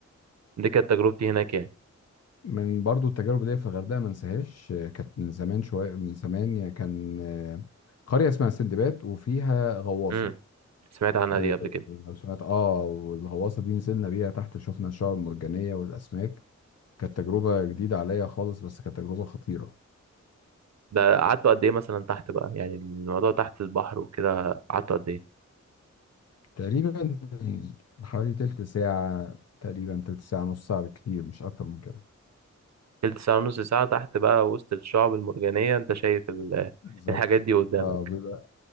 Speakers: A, on the right; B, on the left.
A: دي كانت تجربتي هناك يعني
B: من برضو التجارب دي في الغردقه ما انساهاش آه، كانت من زمان شويه من زمان يعني كان آه، قريه اسمها سندباد وفيها غواصه
A: امم سمعت عنها
B: آه،
A: دي قبل كده
B: لو سمعت اه والغواصه دي نزلنا بيها تحت شفنا الشعاب المرجانيه والاسماك كانت تجربه جديده عليا خالص بس كانت تجربه خطيره
A: ده قعدتوا قد ايه مثلا تحت بقى يعني الموضوع تحت البحر وكده قعدتوا قد ايه
B: تقريبا حوالي تلت ساعه تقريبا تلت ساعه نص ساعه بالكتير مش اكتر من كده
A: تلت ساعة ونص ساعة تحت بقى وسط الشعب المرجانية انت شايف ال-
B: بالظبط
A: <laughs> الحاجات دي قدامك
B: اه